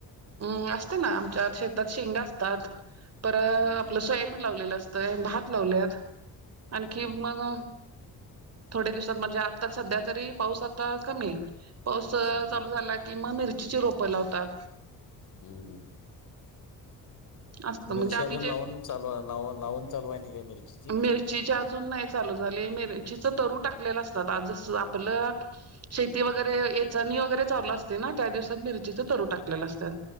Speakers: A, on the right; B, on the left.
A: अम् असते ना आमच्या शेतात शेंग असतात पर आपल
B: हम्म
A: सोयाबीन लावलेलं असत.... भात लावल्यात आणखी
B: हम्म
A: मग....
B: हम्म
A: थोडया दिवसात म्हणजे आताच सध्या तरी पाऊस आता कमी आहे... पावस
B: हम्म
A: चालू झाला की मग मिरचीची रोपं लावतात...
B: हम्म हम्
A: असतं
B: मिरची
A: म्हणजे आम्ही
B: अजून
A: जे
B: लावून... चालू लाव लावून चालू आहे काय मिरची....
A: मिरची अजून नाही चालू झाली मिरचीच तरू टाकलेला असतात आज आपलं.... शेती वगैरे येचणी वगैरे चालू असते ना त्या दिवसात मिरचीचे तरू टाकलेले असतात.....